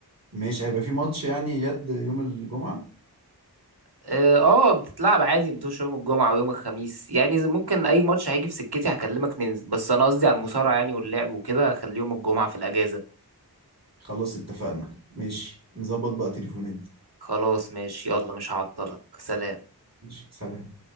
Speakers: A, on the right (about 40°); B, on the right (about 80°).
A: ماشي هيبقى في ماتش يعني يد يوم الجمعه
B: اه آه، بتتلعب عادي متوش يوم الجمعة ويوم الخميس يعني زي- ممكن اي ماتش هيجي في سكتي هكلمك ننزل بس انا قصدي على المصارعة يعني واللعب وكده خلي يوم الجمعة في الأجازة
A: خلاص اتفقنا ماشي نظبط بقى تليفونات
B: خلاص ماشي يلا مش هعطلك سلام
A: ماشي سلام